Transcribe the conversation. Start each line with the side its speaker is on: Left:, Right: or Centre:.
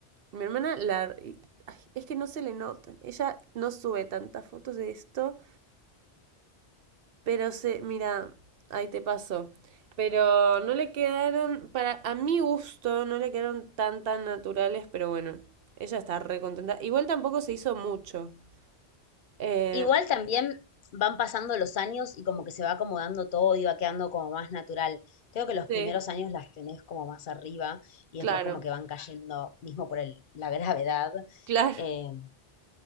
Right: Mi hermana la. Ay, es que no se le notan. Ella no sube tantas fotos de esto. Pero se. Mira, ahí te pasó. Pero no le quedaron. Para. A mi gusto, no le quedaron tan tan naturales. Pero bueno. Ella está re contenta. Igual tampoco se hizo mucho. Eh,
Left: Igual también van pasando los años y como que se va acomodando todo y va quedando como más natural. Creo que los
Right: sí,
Left: primeros años las tenés como más arriba y
Right: claro.
Left: después como que van cayendo, mismo por el, la <laughs> gravedad.
Right: Claro.
Left: Eh,